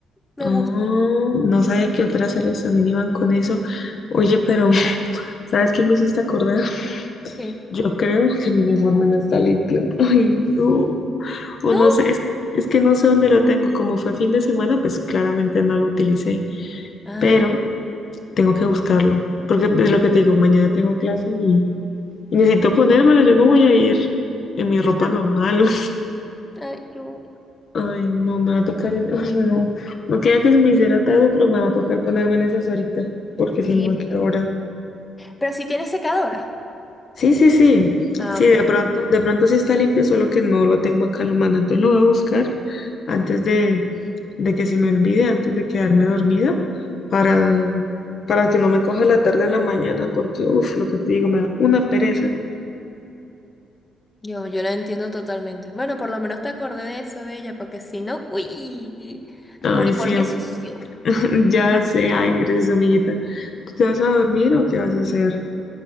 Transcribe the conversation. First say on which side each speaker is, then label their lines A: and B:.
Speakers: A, on the left; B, on the left.
A: me
B: Ah,
A: gusta.
B: no sabía que otras áreas también iban con eso. Oye, pero <laughs> ¿sabes qué me hiciste acordar? <laughs>
A: ¿Qué?
B: Yo creo que el uniforme no está limpio. <laughs> Ay, no.
A: ¿No?
B: O no sé, es, es que no sé dónde lo tengo. Como fue fin de semana, pues claramente no lo utilicé.
A: Ah,
B: pero Tengo que buscarlo, porque es lo que te digo, mañana tengo clase y, y necesito ponérmelo, yo no voy a ir en mi
A: <laughs>
B: ropa normal.
A: ay, yo.
B: <laughs> Ay, no, me va a tocar en... Ay, no, no quería que se me hiciera tarde, pero me va a tocar ponerme en esas ahorita, porque si
A: Sí,
B: no, ¿a qué hora?
A: pero si tienes secadora.
B: Sí, sí, sí,
A: Ah,
B: sí,
A: ok.
B: de pronto, de pronto sí está limpio, solo que no lo tengo acá a la mano, entonces lo voy a buscar antes de, de que se me olvide, antes de quedarme dormida, para, para que no me coja la tarde en la mañana, porque, uff, lo que te digo, me da una pereza.
A: Yo, yo la entiendo totalmente. Bueno, por lo menos te acordé de eso, Bella, porque si no, uy,
B: Ay,
A: uniforme
B: sí, am-
A: sucio.
B: <laughs> ya sé, ay, gracias, amiguita. ¿Tú te vas a dormir o qué vas a hacer?